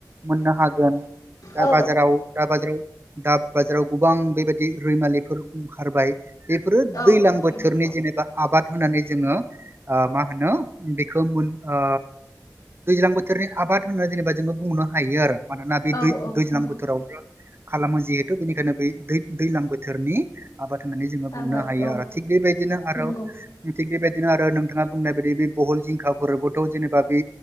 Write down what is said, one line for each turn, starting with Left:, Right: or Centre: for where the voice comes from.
Right: मोननो हागोन। दा
Left: औ
Right: बाजाराव दा बाजाराव दा बाजाराव गोबां बेबायदि रैमालिफोर ओंखारबाय। बेफोरो
Left: औ
Right: दैलां
Left: औ
Right: बोथोरनि
Left: नंगौ
Right: जेनेबा आबाद होनानै जोङो मा होनो। बेखो मोन ओ दैज्लां बोथोरनि आबाद होननानै जेनेबा जोङो बुंनो हायो आरो। मानोना बे
Left: औ
Right: दै-दैज्लां
Left: औ नंगौ
Right: बोथोरावनो खालामो जिहेथु बेनिखायनो बै दै-दैज्लां बोथोरनि आबाद होननानै जोङो
Left: आबाद
Right: बुंनो हायो
Left: औ
Right: आरो थिग बेबायदिनो आरो
Left: नंगौ
Right: थिग बेबायदि बिदि आरो नोंथाङा बुंनाय बायदि बे बहल जिंखाफोरबोथ' जेनेबा बे